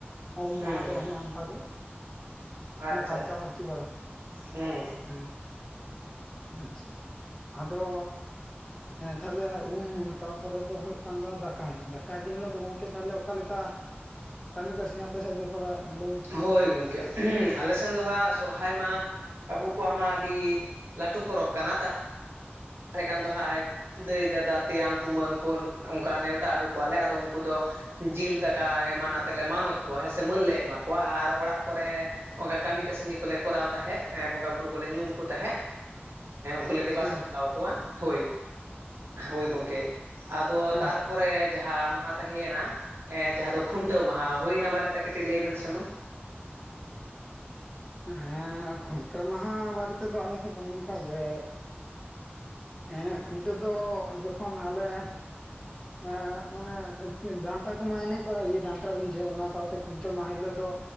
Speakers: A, on the left (about 15°); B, on the right (about 70°).
A: ᱩᱢ
B: ᱦᱩᱸ
A: ᱢᱟᱦᱟ ᱫᱚ ᱚᱱᱮ ᱚᱱᱠᱟ
B: ᱟᱪᱪᱷᱟ
A: <unintelligible> ᱯᱷᱟᱨᱪᱟ
B: ᱟᱪᱪᱷᱟ
A: ᱯᱷᱟᱨᱪᱤ ᱵᱟᱲᱟ
B: ᱦᱩᱸ
A: ᱦᱮᱸ ᱟᱪᱪᱷᱟ ᱟᱫᱚ ᱛᱟᱦᱞᱮ ᱩᱢ ᱛᱟᱯᱚᱨᱮ ᱫᱚ ᱦᱩᱭᱩᱜ ᱠᱟᱱ ᱫᱚ ᱫᱟ ᱫᱟᱠᱟᱭ ᱫᱤᱱ ᱦᱤᱞᱳᱜ ᱫᱚ ᱜᱚᱝᱠᱮ ᱛᱟᱦᱚᱞᱮ ᱚᱠᱟ ᱞᱮᱠᱟ ᱠᱟᱹᱢᱤ ᱠᱟᱹᱥᱱᱤ ᱟᱯᱮ ᱥᱮᱫ ᱫᱚ ᱛᱷᱚᱲᱟ ᱞᱟᱹᱭ ᱢᱮᱥᱮ
B: ᱦᱳᱭ ᱜᱚᱢᱠᱮ ᱟᱞᱮᱥᱮᱱ ᱫᱚ ᱦᱟᱸᱜ ᱥᱚᱨᱦᱟᱭ ᱢᱟ ᱟᱵᱚ ᱠᱚᱣᱟᱜ ᱢᱟ ᱟᱹᱰᱤ ᱞᱟᱹᱴᱩ ᱯᱚᱨᱚᱵ ᱠᱟᱱᱟ ᱛᱚ ᱛᱟᱦᱚᱞᱮ ᱠᱷᱟᱱ ᱫᱚ ᱦᱟᱭ ᱫᱟᱹᱭ ᱫᱟᱫᱟ ᱛᱮᱭᱟᱝ ᱠᱩᱢᱟᱹᱝ ᱠᱚ ᱚᱱᱠᱟ ᱱᱮᱣᱛᱟ ᱟᱹᱜᱩ ᱠᱚᱣᱟᱞᱮ ᱩᱱᱠᱩ ᱫᱚ ᱡᱤᱞ ᱫᱟᱠᱟ ᱚᱱᱠᱟ ᱮᱢᱟᱱ ᱱᱟᱛᱮᱫ ᱞᱮ ᱢᱟᱱᱚᱛ ᱠᱚᱣᱟ ᱦᱮᱸ ᱥᱮ ᱢᱟᱹᱱ ᱞᱮ ᱮᱢᱟ ᱠᱚᱣᱟ ᱟᱨ ᱚᱲᱟᱜ ᱠᱚᱨᱮ ᱚᱱᱠᱟ ᱠᱟᱹᱢᱤ ᱠᱟᱹᱥᱱᱤ ᱠᱚᱞᱮ ᱠᱚᱨᱟᱣ ᱛᱟᱦᱮᱸᱜ ᱵᱚᱸᱜᱟᱼ ᱵᱩᱨᱩ ᱠᱚᱞᱮ ᱧᱩᱢ ᱠᱚ ᱛᱟᱦᱮᱸᱜ ᱠᱚᱞᱮ ᱫᱮᱵᱟ
A: ᱦᱮᱸ
B: ᱥᱮᱵᱟ ᱟᱠᱚᱣᱟ ᱦᱳᱭ ᱦᱳᱭ ᱜᱚᱢᱠᱮ ᱟᱫᱚ
A: ᱦᱮᱸ
B: ᱛᱟᱨᱯᱚᱨ ᱯᱚᱨᱮ ᱡᱟᱦᱟᱸ ᱢᱟᱦᱟ ᱛᱟᱦᱮᱸᱭᱮᱱᱟ ᱡᱟᱦᱟᱸ ᱫᱚ ᱠᱷᱩᱱᱴᱟᱹᱣ ᱢᱟᱦᱟ ᱦᱩᱭᱱᱟ ᱵᱟᱨᱮᱛᱮ ᱠᱟᱹᱴᱤᱡ ᱞᱟᱹᱭ ᱵᱮᱱ ᱥᱮ ᱢᱟ
A: <unintelligible> ᱮᱸ ᱠᱷᱩᱱᱴᱟᱹᱣ ᱢᱟᱦᱟ ᱵᱟᱨᱮ ᱛᱮᱫᱚ ᱟᱞᱮ ᱥᱮᱫ ᱫᱚ ᱱᱚᱝᱠᱟ ᱜᱮ ᱦᱮᱸ ᱠᱷᱩᱱᱴᱟᱹᱣ ᱫᱚ ᱡᱚᱠᱷᱚᱱ ᱟᱞᱮ ᱮ ᱢᱟᱱᱮ ᱰᱟᱱᱴᱟ ᱠᱚᱢᱟ ᱮᱱᱮᱡ ᱵᱟᱲᱟᱭ ᱜᱮ ᱰᱟᱱᱴᱟ ᱨᱤᱡᱳᱜ ᱚᱱᱟ ᱥᱟᱶᱛᱮ ᱠᱷᱩᱱᱴᱟᱹᱣ ᱢᱟᱦᱟ ᱦᱤᱞᱳᱜ ᱫᱚ